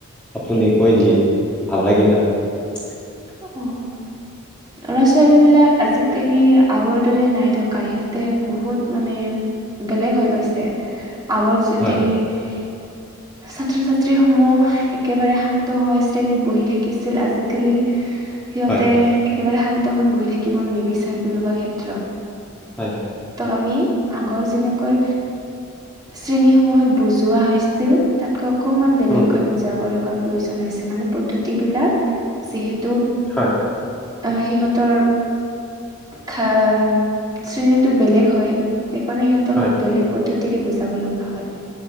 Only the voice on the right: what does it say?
অহ, লৰা -ছোৱালী বিলাক আজিকালি আগৰ দৰে নাই থকা সিহঁতে বহুত মানে বেলেগ হৈ গৈছে। আগৰ যুদি
ছাত্ৰ -ছাত্ৰীসমূহ একেবাৰে শান্ত হৈ শ্ৰেণীত বহি থাকিছিল আজিকালি সিহঁতে
এক একেবাৰে শান্ত হৈ বহি থাকিব নিবিচাৰে কোনোবা ক্ষেত্ৰত।
ত' আমি আগৰ যেনেকৈ শ্ৰেণীসমূহত বুজোৱা হৈছিল তাত কৈ অকণমান বেলেগকৈ
বুজাব লগা প্ৰয়োজন হৈছে মানে পদ্ধতি বিলাক যিহেত টো,
আহ, সিহঁতৰ খা শ্ৰেণীটো বেলেগ হয়। সেইকাৰণে সিহঁতক
আমি বেলেগ পদ্ধতি তিৰি বুজাব লগা হয়।